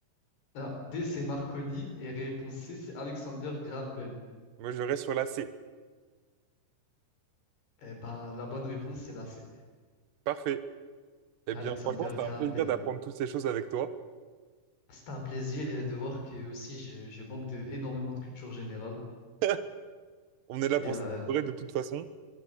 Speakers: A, on the left; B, on the right.
A: Alors, D, c'est Marconi et réponse C, c'est Alexander Graham Bell.
B: Moi, je reste sur la C.
A: Eh ben, la bonne réponse, c'est la C.
B: Parfait. Eh
A: Alexander
B: bien, franchement, c'était
A: Graham
B: un plaisir
A: Bell.
B: d'apprendre toutes ces choses avec toi.
A: C'est un plaisir euh, de voir que aussi je, je manque de énormément de culture générale
B: <laughs> On est là
A: et
B: pour
A: euh,
B: s'améliorer de toute façon.